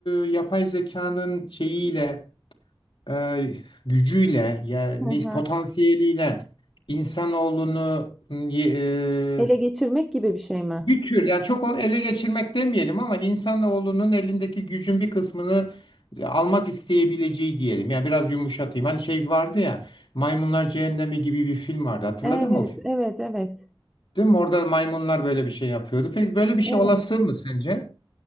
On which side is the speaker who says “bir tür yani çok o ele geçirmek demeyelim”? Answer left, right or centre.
Left